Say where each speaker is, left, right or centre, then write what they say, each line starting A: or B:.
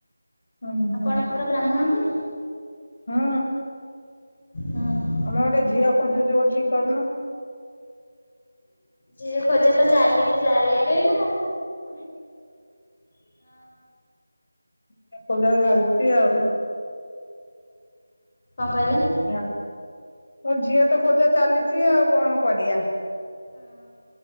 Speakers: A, on the left (about 55°); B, on the left (about 35°).
A: ହୁଁ
B: ଆପଣଙ୍କର
A: ହୁଁ
B: ବ୍ରାହ୍ମଣ କି?
A: ହୁଁ।
B: ହଁ ହଁ।
A: ଆମର ଗୋଟେ ଝିଅ ଖୋଜୁଛୁ ଠିକ୍ କରୁନ।
B: ଝିଅ ଖୋଜା ତ ଚାଲିଚି ଚାରିଆଡେ ନା।
A: ହୋଉ।
B: ହଁ ଆଉ।
A: ସେଇ ଭଳି ଚାଲିଛି ଆଉ।
B: କଣ କହିଲେ?
A: ହଁ ମୋ ଝିଅ ତ ଖୋଜା ଚାଲିଚି ଆଉ କଣ କରିବା।
B: ହଁ